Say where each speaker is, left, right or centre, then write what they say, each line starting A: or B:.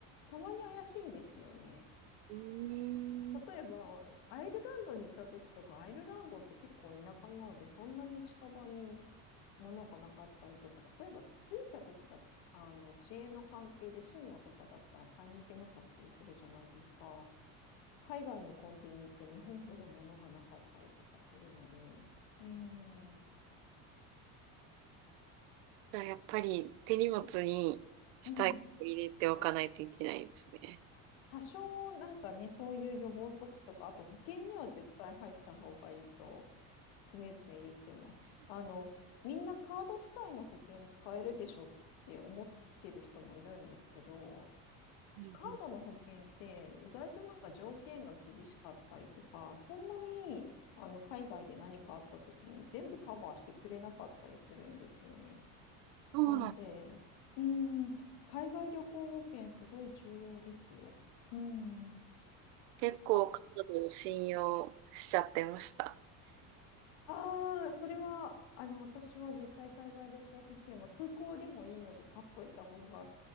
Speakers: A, on the left (about 75°); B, on the right (about 70°).
A: たまに怪しいんですよね。
B: うーん。
A: 例えば、アイルランドに行った時とか、アイルランドって結構田舎なので、そんなに近場にものがなかったりとか、例えば着いた時が、あの、遅延の関係で深夜とかだったら買いに行けなかったりするじゃないですか。海外のコンビニって日本ほど物がなかったりとかするので、うーん、
B: じゃあやっぱり手荷物に下着を入れておかないといけないですね。
A: うん。多少なんかね、そういう予防措置とか、あと保険には絶対入った方がいいと常々言ってます。あの、みんなカード付帯の保険使えるでしょって思ってる人もいるんですけど、
B: うんうん
A: カードの保険って意外となんか条件が厳しかったりとか、そんなにあの海外で何かあった時に全部カバーしてくれなかったりするんですよね。
B: そうなんだ。
A: なんで、うーん、海外旅行保険すごい重要ですよ。うん。
B: 結構カナダを信用しちゃってました。
A: あ、ああ、それは、あの、私は絶対海外旅行保険は空港でもいいので買っといた方が